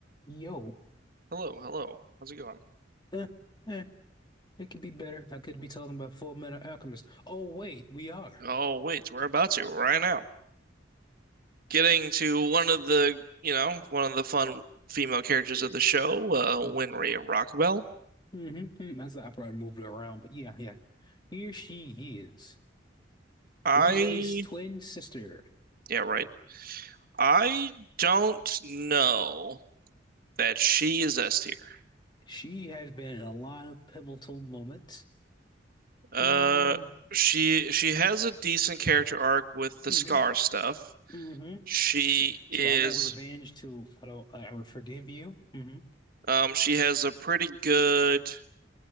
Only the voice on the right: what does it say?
Hello, hello. How's it going?
Oh, wait, we're about to right now. Getting to one of the, you know, one of the fun female characters of the show, uh, Winry
Rockabelle.
I,
yeah, right. I don't know that she is S tier.
Uh,
she she has a decent character arc with the
Scar stuff.
She
is,
um, she has a pretty good